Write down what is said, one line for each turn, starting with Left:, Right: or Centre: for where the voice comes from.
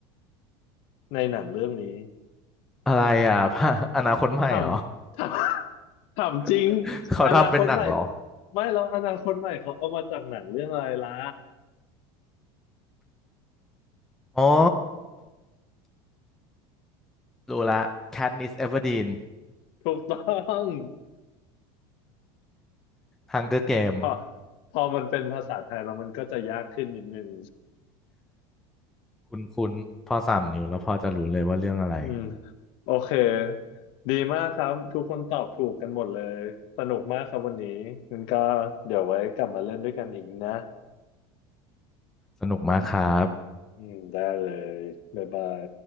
Left: ในหนังเรื่องนี้
Centre: อะไรอ่ะพระ <laughs> อนาคตใหม่เหรอ
Left: ทำ <laughs> ทำทำจริง
Centre: <laughs> เขาทำเป็นหนังเหรอ
Left: อนาคตใหม่ไม่หรอกอนาคตใหม่เขาเอามาจากหนังเรื่องอะไรล่ะ
Centre: อ๋อรู้ละ Katniss Everdeen
Left: ถูกต้อง
Centre: Hunger Game
Left: พอพอมันเป็นภาษาไทยแล้วมันก็จะยากขึ้นนิดนึง
Centre: คุ้นคุ้นพอสามนิ้วแล้วพอจะรู้เลยว่าเรื่องอะไร
Left: อืมโอเคดีมากครับทุกคนตอบถูกกันหมดเลยสนุกมากครับวันนี้งั้นก็เดี๋ยวไว้กลับมาเล่นด้วยกันอีกนะ
Centre: สนุกมากครับ
Left: อืมได้เลยบ๊ายบาย